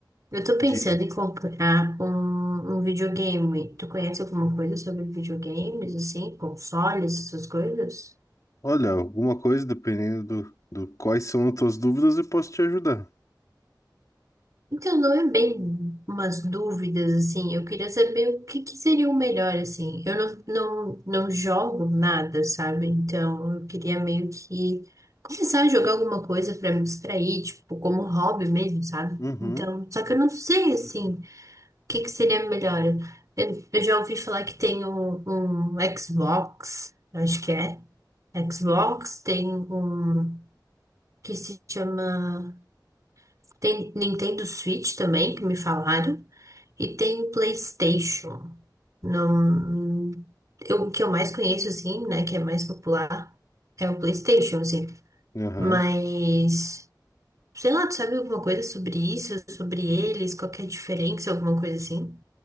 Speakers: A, on the right; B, on the left.
A: Eu tô pensando
B: Diga.
A: em comprar um, um videogame. Tu conhece alguma coisa sobre videogames, assim, consoles, essas coisas?
B: Olha, alguma coisa, dependendo do, do quais são as tuas dúvidas, eu posso te ajudar.
A: Então, não é bem umas dúvidas, assim. Eu queria saber o que que seria o melhor, assim. Eu não, não, não jogo nada, sabe? Então, eu queria meio que começar a jogar alguma coisa para me distrair, tipo, como hobby mesmo, sabe?
B: Uhum,
A: Então, só que eu não sei, assim, o que que seria melhor. Eu, eu já ouvi falar que tem um, um Xbox, acho que é. Xbox, tem um que se chama. Tem Nintendo Switch também, que me falaram. E tem PlayStation. Não, eu, o que eu mais conheço, assim, né? Que é mais popular é o PlayStation, assim.
B: aham.
A: Mas, sei lá, tu sabe alguma coisa sobre isso, sobre eles, qual que é a diferença, alguma coisa assim?